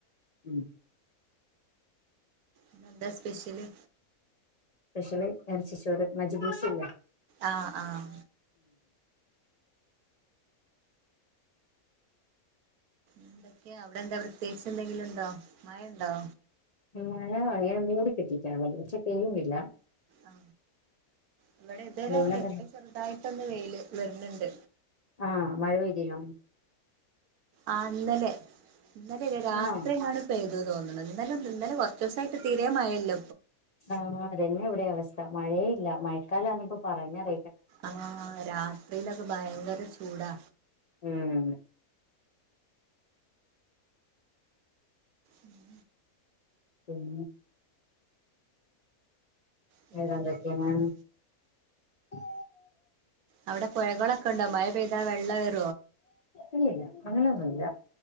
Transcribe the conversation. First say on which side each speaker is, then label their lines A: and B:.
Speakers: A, on the left; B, on the right.
A: ഉം
B: ഇന്ൻ എന്താ സ്പെഷ്യല്
A: സ്‌പേർഷ്യല് ഇറച്ചിച്ചോര് മജ്ബൂഷല്ല
B: ആഹ ആഹ എന്തൊക്കെയ അവിടെ എന്താ പ്രത്യേകിച്ച് എന്തെങ്കിലും ഉണ്ടോ മഴ ഉണ്ടോ
A: മഴ ങ്ങനെ മൂട കെട്ടിട്ടാത് പക്ഷെ ചെയ്യുന്നില്ല
B: ആ ഇവിടെ ഇതുവരെ
A: അതുകൊണ്ടന്നെ
B: അങ്ങനെ എപ്പ ചെറുതായിട്ടൊന്ന് വെയില് വരുന്നുണ്ട്
A: ആഹ മഴ പെയ്തില്ല
B: ആ ഇന്നലെ ഇന്നലെ ഇല്ല രാത്രി
A: ആണോ
B: ആണ് പെയ്തു അ തോന്നുന്നുന്നാലും ഇന്നലെ കുറ ദിവസമായിട്ട് തീരെ മയ ഇല്ല
A: ആ അതന്നെ ഇവിടെ അവസ്ഥ മഴേ ഇല്ല മഴക്കാലാന്ന് ഇപ്പ പറഞ്ഞറ
B: ആ രാത്രിയിലൊക്കെ ഭയങ്കര ചൂടാ
A: ഉം
B: ഉം
A: ഉം
B: പിന്നെ
A: വേറെന്തക്കയാണ്
B: എന്തൊക്കെയാണ്
A: ആ
B: അവിടെ പുഴകളൊക്കെ ഉണ്ടോ മ പെയ്ത വെള്ള <unintelligible>
A: ഇല്ലില്ല അങ്ങനെയൊന്നുല്ല